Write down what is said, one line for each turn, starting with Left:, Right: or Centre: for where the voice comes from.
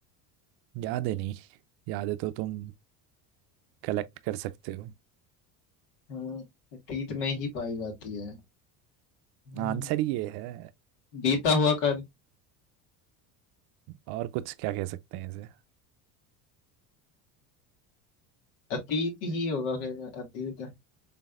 Right: याद है नहीं याद है तो तुम कलेक्ट कर सकते हो
Left: हाँ, अतीत में ही पाई जाती है हाँ,
Right: आंसर ये है
Left: बीता हुआ कल
Right: और कुछ क्या कह सकते हैं इसे
Left: अतीत ही होगा फिर अतीत